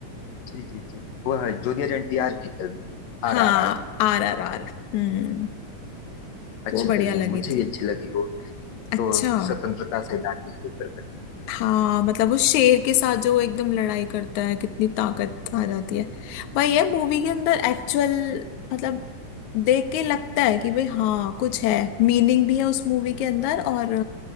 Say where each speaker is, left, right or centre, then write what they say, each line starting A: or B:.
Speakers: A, on the left; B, on the left.
A: जी जी जी वो है जूनियर एनटीआर की फिल्म आर
B: हाँ
A: आर आर
B: आर आर आर हम्म
A: अच्छी
B: वो बढ़िया
A: फिल्म
B: लगी
A: है मुझे
B: थी
A: भी अच्छी लगी वो
B: अच्छा
A: दो स्वतंत्रता सेनानियों के ऊपर बनी हुई फिल्म
B: हाँ मतलब वो शेर के साथ जो वो एकदम लड़ाई करता है कितनी ताकत
A: हम्म,
B: आ जाती है भाई ये मूवी के अंदर एक्चुअल मतलब देख के लगता है कि भाई हाँ कुछ है मीनिंग भी है उस मूवी के अंदर और